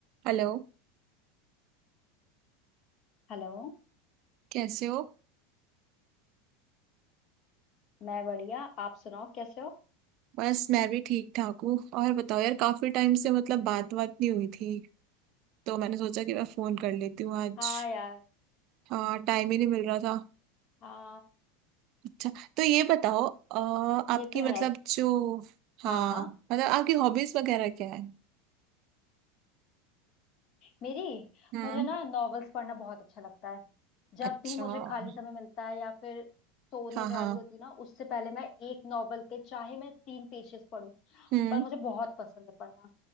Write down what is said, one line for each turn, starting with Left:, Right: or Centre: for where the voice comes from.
Right: Hello
Left: Hello
Right: कैसे हो
Left: मैं बढ़िया आप सुनाओ कैसे हो
Right: बस मैं भी ठीक ठाक हूँ और बताओ यार काफी टाइम से मतलब बात बात नहीं हुई थी तो मैंने सोचा कि मैं फोन कर लेती हूँ आज
Left: हाँ यार
Right: हाँ टाइम ही नहीं मिल रहा था
Left: हाँ
Right: अच्छा तो ये बताओ अ, आपकी
Left: ये तो
Right: मतलब
Left: है
Right: जो हाँ
Left: हाँ हाँ
Right: मतलब आपकी हॉबीज वगैरह क्या है
Left: मेरी
Right: हम्म
Left: मुझे ना नॉवेल्स पढ़ना बहुत अच्छा लगता है जब
Right: अच्छा
Left: भी मुझे
Right: हाँ
Left: खाली समय मिलता है या फिर सोने
Right: हाँ
Left: जा रही होती हूँ ना उससे पहले मैं एक नॉवेल के चाहे मैं तीन पेजेस पढूं
Right: हम्म
Left: पर मुझे बहुत पसंद है पढ़ना